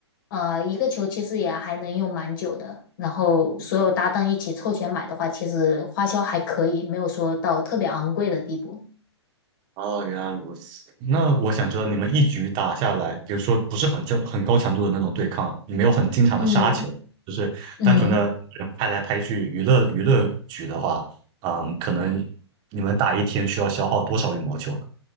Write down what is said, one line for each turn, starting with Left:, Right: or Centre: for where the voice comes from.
Left: 呃，一个球其实也还能用蛮久的。然后所有搭档一起凑钱买的话，其实花销还可以，没有说到特别昂贵的地步。
Right: 哦，原来如此。那我想知道，你们一局打下来，比如说不是很正、很高强度的那种对抗，你没有很经常的杀球，
Left: 嗯
Right: 就是单纯的人拍来拍去娱乐娱乐局的话，
Left: 嗯。
Right: 嗯，可能你们打一天需要消耗多少羽毛球呢？